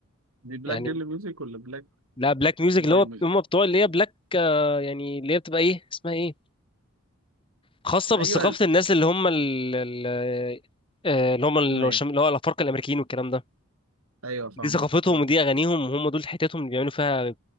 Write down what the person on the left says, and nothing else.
يعني
لا بلاك ميوزك
اللي هو
هم بتوع اللي هي بلاك آه، يعني اللي هي بتبقى ايه اسمها ايه خاصة بثقافة
الناس اللي هم ال- ال- آه، اللي هم ال-
الشم- اللي هو الأفارقة الأمريكيين والكلام ده
دي ثقافتهم
ودي أغانيهم وهم دول حتتهم اللي بيعملوا فيها